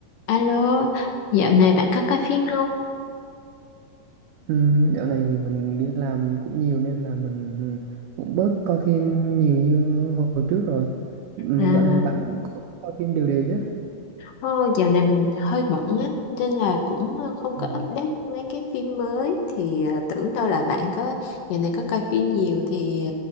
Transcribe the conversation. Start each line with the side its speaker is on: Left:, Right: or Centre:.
Left: Alo, dạo này bạn có coi phim không?
Right: Ừ, dạo này thì mình đi làm cũng nhiều nên là mình cũng bớt coi phim nhiều như hồi trước rồi. Ừ,
Left: À,
Right: dạo này bạn cũng coi phim đều đều chứ?
Left: ô, dạo này mình hơi bận á, nên là cũng ờ, không có
Right: Ừ.
Left: update mấy cái phim mới. Thì ờ, tưởng đâu là bạn có dạo này có coi phim nhiều thì